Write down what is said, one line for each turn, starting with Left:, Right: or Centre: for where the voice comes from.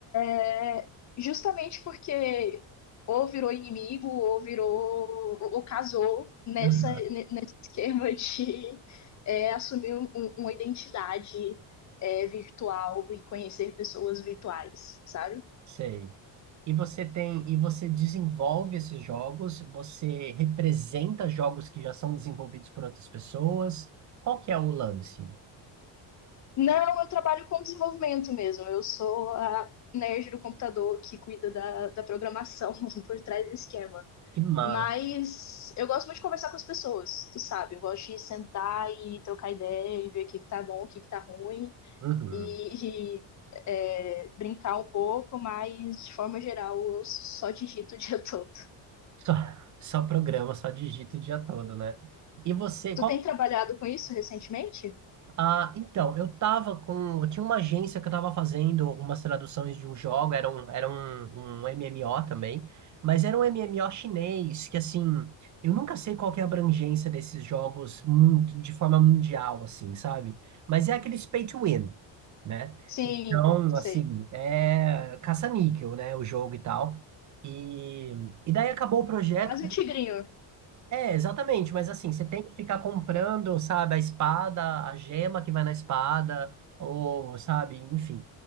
Left: É, justamente porque ou virou inimigo, ou virou, ou casou nessa,
Right: Aham,
Left: nesse esquema <laughs> de é, assumir um, um, uma identidade é, virtual e conhecer pessoas virtuais, sabe?
Right: Sei. E você tem, e você desenvolve esses jogos, você representa jogos que já são desenvolvidos por outras pessoas. Qual que é o lance?
Left: Não, eu trabalho com desenvolvimento mesmo. Eu sou a nerd do computador que cuida da, da programação <laughs> por trás do esquema.
Right: Que massa.
Left: Mas eu gosto muito de conversar com as pessoas, tu sabe? Eu gosto de sentar e trocar ideia e ver o que que tá bom, o que que tá ruim
Right: Uhum.
Left: e, e, é, brincar um pouco, mas de forma geral eu só digito <laughs> o dia todo.
Right: Só, só programa, só digita o dia todo, né? E você, qual
Left: Tu tem trabalhado com isso recentemente?
Right: Ah, então, eu tava com. Eu tinha uma agência que eu tava fazendo umas traduções de um jogo, era um, era um, um MMO também, mas era um MMO chinês, que assim, eu nunca sei qual que é a abrangência desses jogos mun- de forma mundial, assim, sabe? Mas é aqueles pay to win, né?
Left: Sim,
Right: Então,
Left: sei.
Right: assim, é caça-níquel, né? O jogo e tal. E, e daí acabou o projeto,
Left: Quase um tigrinho.
Right: é, exatamente, mas assim, você tem que ficar comprando, sabe, a espada, a gema que vai na espada, ou, sabe, enfim.